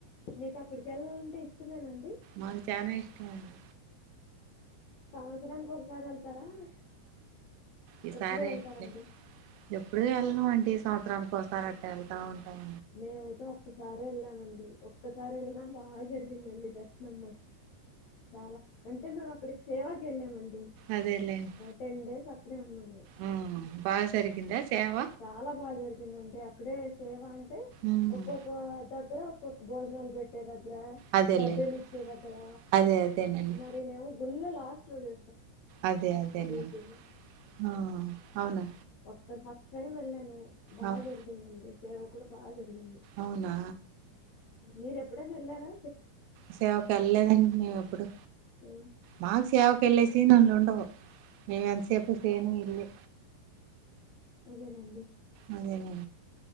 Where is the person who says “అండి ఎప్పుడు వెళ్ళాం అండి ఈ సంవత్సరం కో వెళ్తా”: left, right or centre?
Right